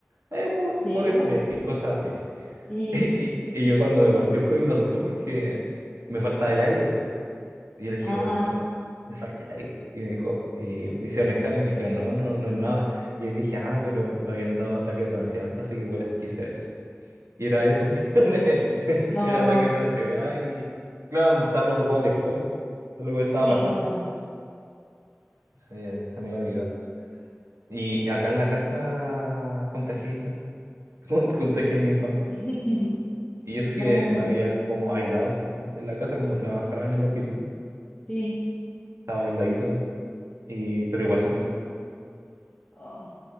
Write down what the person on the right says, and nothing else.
eh, por,
por estrés y cosas así. <laughs>
Y, y- y yo cuando me partió el COVID me asusté porque me faltaba el aire, pu. Y yo le dije,
doctor, me falta el aire. Y me dijo, y me hicieron examen y me dijeron, no, no, no es nada. Y yo dije, ah, pero me habían dado ataques de ansiedad, antes, así que igual quise eso. Y era eso. <laughs>
Era ataques de ansiedad y, claro, estaba preocupado del COVID, de lo que me estaba
pasando.
Se, se me había olvidado. Y acá en la casa contagié gente, <laughs> Con- contagié a mi familia.
Y eso
que me había como aislado en en la casa, como trabajaba en el hospital,
estaba aisladito, y, pero igual se enfermaron.